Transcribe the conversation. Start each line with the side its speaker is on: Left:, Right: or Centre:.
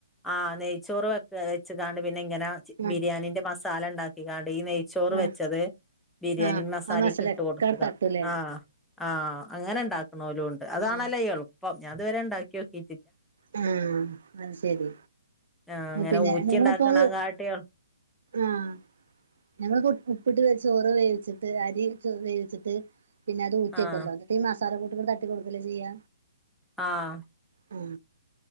Centre: ആഹ് നെയ്ച്ചോറ് വെക്കാ വെച്ച്ക്കാണ്ട് പിന്നെ ഇങ്ങനെ ചി ബിരിയാണീന്റെ
Right: ആഹ്
Centre: മസാല ഇണ്ടാക്കിക്കാണ്ട്. പ്പ ഈ നെയ്ച്ചോറ്
Right: ആഹ്
Centre: വെച്ചെത് ബിരിയെണി
Right: ആഹ്
Centre: മാസ സാലിക്ക്
Right: ആ മസാലൊക്കെ
Centre: ഇട്ട് കൊട്ക്ക്ക
Right: തട്ടൂലേ
Centre: ആഹ് ആഹ് അങ്ങനെ ഇണ്ടാക്ക്ണോലും ഇണ്ട് അതാണല്ലോ
Right: ആഹ് ആഹ്
Centre: എൾപ്പം. ഞാ ഇത് വെരെ ഇണ്ടാക്കിയോക്കി
Right: ആഹ് അത് ശെരി.
Centre: ആഹ് അങ്ങനെ
Right: പിന്നെ
Centre: ഊറ്റി
Right: നിങ്ങളിപ്പോ
Centre: ഉണ്ടാക്കണകാട്ടി
Right: അത് ആഹ ഞങ്ങളിപ്പോ ഉപ്പിട്ട് ചോറ് വേവിട്ട് അരി വേിച്ചിട്ട് പിന്നെ അത് ഊറ്റിയക്കെല്ലോ
Centre: ആഹ്
Right: അത് <unintelligible> തട്ടി കൊടുക്കല്ലേ ചെയ്യ
Centre: ആഹ്
Right: ആ